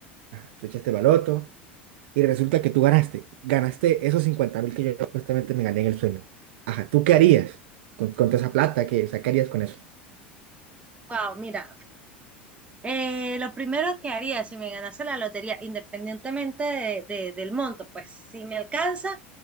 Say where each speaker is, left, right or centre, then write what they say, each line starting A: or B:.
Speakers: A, on the right; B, on the right.
A: Ajá, tú echaste baloto y resulta que tú ganaste, ganaste esos 50 mil que yo supuestamente me gané en el sueño. Ajá, ¿tú qué harías con, con toda esa plata? ¿Qué, o sea, qué harías con eso?
B: wow, mira, eh, lo primero que haría si me ganase la lotería, independientemente de, de- del monto, pues si me alcanza,